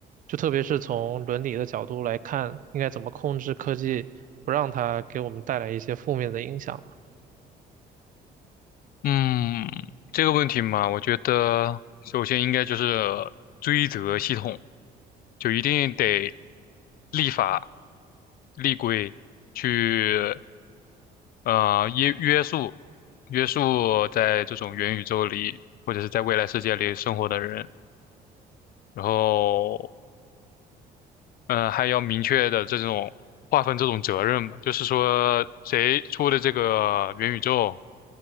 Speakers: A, on the right; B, on the left.
A: 就特别是从伦理的角度来看，应该怎么控制科技，不让它给我们带来一些负面的影响。
B: 嗯，这个问题嘛，我觉得首先应该就是追责系统，就一定得立法、立规去呃约约束约束在这种元宇宙里或者是在未来世界里生活的人，然后嗯，还要明确的这种划分这种责任吧，就是说谁出的这个元宇宙，